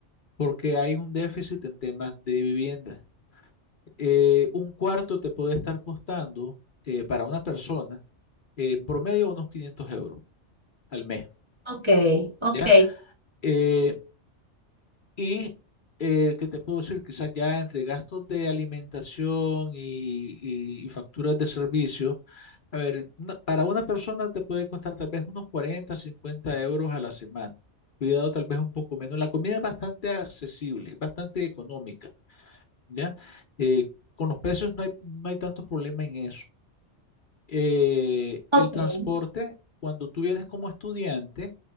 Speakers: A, on the left; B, on the right.
A: porque hay un déficit en temas de vivienda. Eh, un cuarto te puede estar costando eh, para una persona eh, en promedio unos 500 euros al mes,
B: ok, ok,
A: ¿ya? Eh, Y eh, ¿qué te puedo decir? Quizás ya entre gastos de alimentación y, y- y facturas de servicio, a ver, no- para una persona te puede costar tal vez unos 40 50 euros a la semana. Cuidado, tal vez un poco menos. La comida es bastante accesible, es bastante económica, ¿ya? Eh, con los precios no hay, no hay tanto problema en eso. Eh,
B: ok,
A: el transporte, cuando tú vienes como estudiante,